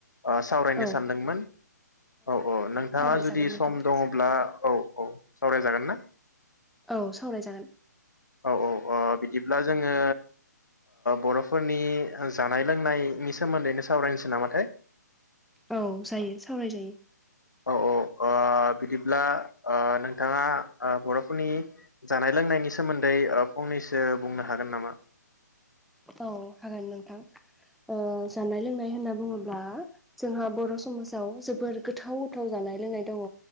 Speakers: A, on the left; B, in the centre.
A: ओ सावरायनो
B: औ
A: सानदोंमोन औ औ नोंथाङा
B: सावरायजागोन
A: जुदि
B: नोंथां
A: सम दङ'ब्ला औ औ सावरायजागोन ना
B: औ सावराय जागोन
A: औ औ ओ बिदिब्ला जोङो बरफोरनि जानाय लोंनायनि सोमोन्दैनो सावरायनोसै नामाथाय
B: औ जायो सावरायजायो।
A: औ औ औ बिदिब्ला ओ नोंथाङा बर'फोरनि जानाय लोंनायनि सोमोन्दै ओ फंनैसो बुंनो हागोन नामा?
B: औ हागोन नोंथां ओ जानाय लोंनाय होनना बुङोब्ला जोंहा बर समाजाव जोबोर गोथाव गोथाव जानाय लोंनाय दङ